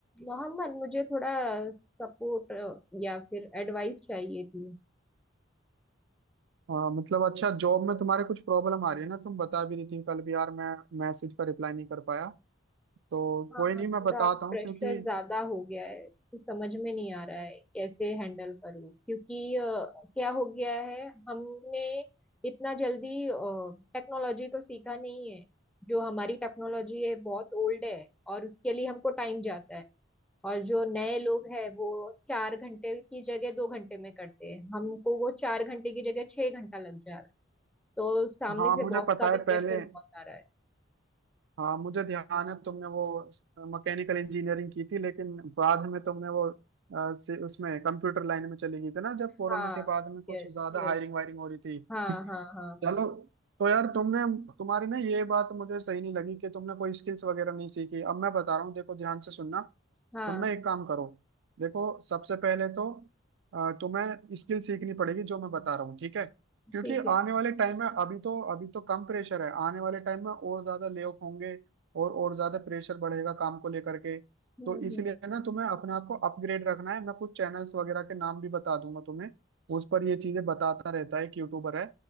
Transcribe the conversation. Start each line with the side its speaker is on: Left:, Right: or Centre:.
Centre: मोहम्मद मुझे थोड़ा सपोर्ट या फिर एडवाइस चाहिए थी
Right: हाँ मतलब अच्छा जॉब में तुम्हारे कुछ प्रॉब्लम आ रही है ना तुम बता भी रही थी कल भी यार मैं मैसेज का रिप्लाई नहीं कर पाया तो
Centre: हाँ
Right: कोई नहीं
Centre: थोड़ा
Right: मैं बताता हूँ
Centre: प्रेशर
Right: क्योंकि
Centre: ज्यादा हो गया है तो समझ में नहीं आ रहा है कैसे हैंडल करूँ क्योंकि अ, क्या हो गया है हमने इतना जल्दी टेक्नोलॉजी तो सीखा नहीं है जो हमारी टेक्नोलॉजी है बहुत ओल्ड है और उसके लिए हमको टाइम जाता है और जो नए लोग हैं वो चार घंटे की जगह दो घंटे में करते हैं हमको वो चार घंटे की जगह छह घंटा लग जा रहा है तो सामने
Right: हाँ
Centre: से
Right: मुझे
Centre: बॉस
Right: पता
Centre: का भी
Right: है
Centre: प्रेशर
Right: पहले
Centre: बहुत आ रहा है
Right: हाँ मुझे ध्यान है तुमने वो मैकेनिकल इंजीनियरिंग की थी लेकिन बाद में तुमने वो अ, से, उसमें कंप्यूटर लाइन में चली गई थी ना जब कोरोना
Centre: हाँ
Right: के बाद में कुछ
Centre: यस
Right: ज्यादा
Centre: यस
Right: हायरिंग वायरिंग हो रही थी <laughs>
Centre: हाँ हाँ हाँ हाँ
Right: चलो तो यार तुमने तुम्हारी ना ये बात मुझे सही नहीं लगी कि तुमने कोई स्किल्स वगैरह नहीं सीखी अब मैं बता रहा हूँ देखो ध्यान से सुनना
Centre: हाँ
Right: तुम ना एक काम करो देखो सबसे पहले तो अ, तुम्हें स्किल सीखनी पड़ेगी जो मैं बता रहा हूँ ठीक है क्योंकि
Centre: ठीक है
Right: आने वाले टाइम में अभी तो अभी तो कम प्रेशर है आने वाले टाइम में और ज्यादा ले ऑफ होंगे और और ज्यादा प्रेशर बढ़ेगा काम को लेकर के
Centre: हम्म
Right: तो इसलिए
Centre: हम्म,
Right: ना तुम्हें अपने आप को अपग्रेड रखना है मैं कुछ चैनल्स वगैरह के नाम भी बता दूंगा तुम्हें उस पर ये चीजें बताता रहता है एक यूट्यूबर है